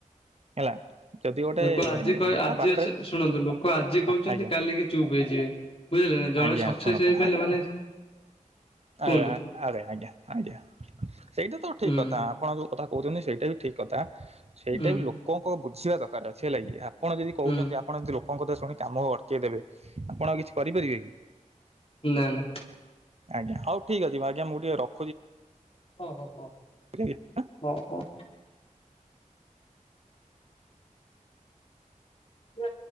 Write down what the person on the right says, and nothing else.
ହେଲା ଯଦି ଗୋଟେ
ବାଟରେ
ଆଜ୍ଞା
ଆଜ୍ଞା
ଶୁଣନ୍ତୁ
ଆପ
ଆଜ୍ଞା
ଆଜ୍ଞା ଆଇଡିଆ ଆଇଡିଆ ସେଇଟା ତ ଠିକ
କଥା <unintelligible> ଆପଣ ଯୋଉ କଥା କହୁଛନ୍ତି ସେଇଟା ବି ଠିକ୍ କଥା ସେଇଟା
ବି ଲୋକଙ୍କ ବୁଝିବା ଦରକାର ଅଛି ହେ ଲାଗି ଆପ ଆପଣ ଯଦି କହୁଛନ୍ତି
ଆପଣ ଯଦି ଲୋକଙ୍କ ଏମତି କଥା ଶୁଣି କାମ ଅଟକେଇ ଦେବେ ଆପଣ ଆଉ କିଛି କରିପାରିବେ କି।
ଆଜ୍ଞ ହଉ ଠିକ୍ ଅଛି ଆଞା ମୁ ଟିକେ ରଖ
ଆଜ୍ଞା।